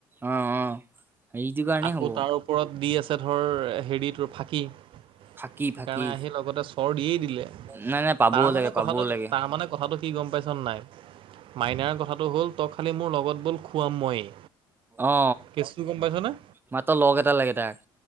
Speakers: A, on the right; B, on the right.
A: অ অ সেইটো কাৰণেই
B: আকৌ
A: হ'ব
B: তাৰ ওপৰত দি আছে ধৰ, হেৰি তোৰ ফাঁকী। সেইকাৰণে
A: ফাঁকি ফাঁকি
B: আহি লগতে চৰ দিয়েই দিলে।
A: নাই নাই পাবও
B: তাৰ মানে
A: লাগে পাবও
B: কথাটো
A: লাগে
B: তাৰ মানে কথাটো কি গম পাইছ নাই? মাইনাৰ কথাটো হ'ল তই খালী মোৰ লগত ব'ল খুৱাম ময়েই।
A: অ
B: কেচটো গম পাইছ নে?
A: মাত্ৰ লগ এটা লাগে তাক।